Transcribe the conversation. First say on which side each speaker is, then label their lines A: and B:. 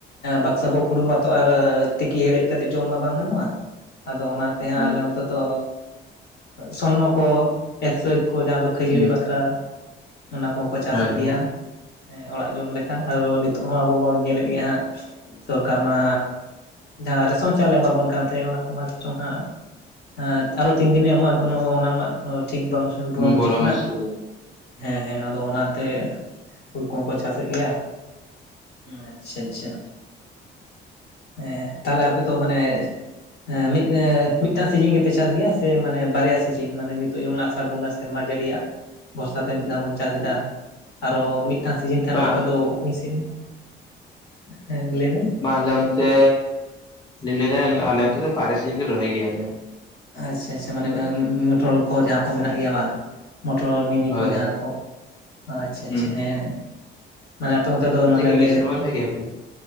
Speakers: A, on the left; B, on the left.
A: ᱵᱟᱠᱥᱟ ᱵᱷᱳᱠ ᱦᱩᱲᱩ ᱢᱟᱛᱚ ᱟᱨ ᱛᱤᱠᱤ ᱦᱮᱲᱦᱮᱫ ᱠᱟᱛᱮᱜ ᱡᱚᱢ ᱢᱟ ᱵᱟᱝ ᱜᱟᱱᱚᱜᱼᱟ ᱟᱫᱚ ᱚᱱᱟ ᱛᱮ ᱦᱚ
B: ᱦᱩᱸ
A: ᱟᱞᱮ ᱱᱚᱛᱮ ᱫᱚ ᱥᱚᱨᱱᱚ ᱠᱚ ᱮᱠᱥᱚᱮᱠ ᱠᱚ ᱡᱟᱦᱟᱸ ᱫᱚ ᱠᱷᱟᱹᱡᱟᱹᱲᱤ
B: ᱦᱩᱸ
A: ᱵᱟᱠᱷᱨᱟ ᱚᱱᱟ ᱠᱚᱦᱚᱸ ᱠᱚ ᱪᱟᱥᱮᱫ
B: ᱦᱳᱭ ᱦᱳᱭ
A: ᱜᱮᱭᱟ᱾ ᱦᱮᱸ ᱚᱲᱟᱜ ᱡᱚᱢ ᱞᱮᱠᱟ ᱟᱫᱚ ᱱᱤᱛᱚᱜ ᱦᱚᱸ ᱟᱵᱚ ᱢᱟᱵᱚᱱ ᱧᱮᱞᱮᱫ ᱜᱮᱭᱟ ᱦᱟᱸᱜ ᱥᱚᱨᱠᱟᱨ ᱢᱟ ᱡᱟᱦᱟᱸ ᱨᱮᱥᱚᱱ ᱪᱟᱣᱞᱮ ᱮᱢᱟᱵᱚᱱ ᱠᱟᱱ ᱛᱟᱦᱮᱸᱫ ᱚᱱᱟ ᱠᱚᱢᱟ ᱪᱚᱝ ᱦᱟᱸᱜ ᱦᱟᱸᱛ ᱟᱨᱚ ᱛᱤᱱ ᱫᱤᱱᱮ ᱮᱢᱚᱜᱼᱟ ᱠᱳᱱᱳ ᱚᱱᱟ ᱢᱟ ᱴᱷᱤᱠ ᱵᱟᱝ ᱵᱩᱡᱷᱟᱹᱜ
B: ᱵᱚᱞᱟ
A: ᱠᱟᱱᱟ᱾
B: ᱢᱩᱥᱠᱤᱞ
A: ᱦᱮᱸ ᱦᱮᱸ ᱟᱫᱚ ᱚᱱᱟᱛᱮ ᱦᱩᱲᱩ ᱠᱚᱦᱚᱸ ᱠᱚ ᱪᱟᱥᱮᱫ ᱜᱮᱭᱟ᱾ ᱟᱪᱪᱷᱟ ᱟᱪᱪᱷᱟ ᱦᱮᱸ ᱛᱟᱦᱞᱮ ᱟᱯᱮ ᱫᱚ ᱢᱟᱱᱮ ᱦᱮᱸ ᱢᱤᱫ ᱮᱸ ᱢᱤᱫᱴᱟᱝ ᱥᱤᱡᱤᱱ ᱜᱮᱯᱮ ᱪᱟᱥ ᱜᱮᱭᱟ ᱥᱮ ᱢᱟᱱᱮ ᱵᱟᱨᱭᱟ ᱥᱤᱡᱤᱱ ᱢᱟᱱᱮ ᱱᱤᱛᱚᱜ ᱡᱮᱢᱚᱱ ᱟᱥᱟᱲ ᱵᱚᱸᱜᱟ ᱥᱮᱨᱢᱟ ᱡᱟᱹᱲᱤᱭᱟᱜ ᱵᱚᱨᱥᱟ ᱛᱮ ᱢᱤᱫ ᱫᱷᱟᱣ ᱵᱚᱱ ᱪᱟᱥᱮᱫᱟ ᱟᱨᱚ ᱢᱤᱫ ᱴᱟᱱ ᱥᱤᱡᱤᱱ ᱛᱟᱦᱮᱱᱟ
B: ᱵᱟᱝ
A: ᱛᱚᱠᱷᱚᱡ ᱫᱚ ᱢᱤᱥᱤᱱ ᱦᱮᱸ ᱞᱟᱹᱭ ᱵᱮᱱ᱾
B: ᱢᱟ ᱟᱞᱮ ᱚᱱᱛᱮ ᱟᱞᱤᱧ ᱞᱟᱹᱭ ᱫᱟ ᱟᱞᱮ ᱚᱱᱛᱮ ᱫᱚ ᱵᱟᱭᱨᱟ ᱥᱤᱡᱤᱱ ᱜᱮ ᱨᱚᱦᱚᱭ ᱜᱮᱭᱟᱞᱮ᱾
A: ᱟᱪᱪᱷᱟ ᱟᱪᱪᱷᱟ ᱢᱟᱱᱮ ᱢᱮᱴᱨᱳᱞ ᱠᱚ ᱡᱟᱦᱟᱸ ᱠᱚ ᱢᱮᱱᱟᱜ ᱜᱮᱭᱟ ᱵᱟᱝ᱾ ᱢᱳᱴᱨᱚ ᱢᱤᱱᱤ
B: ᱦᱳᱭ
A: ᱠᱚ ᱡᱟᱦᱟᱸ
B: ᱦᱳᱭ
A: ᱠᱚ ᱟᱪᱪᱷᱟ
B: ᱦᱩᱸ
A: ᱟᱪᱪᱷᱟ ᱦᱮᱸ᱾ ᱢᱟᱱᱮ ᱟᱯᱮ ᱚᱱᱛᱮ ᱫᱚ ᱢᱟᱱᱮ
B: ᱠᱤ
A: ᱵᱮ
B: ᱢᱤᱫ ᱥᱮᱨᱢᱟ ᱨᱚᱦᱚᱭ ᱜᱮᱭᱟ ᱯᱮ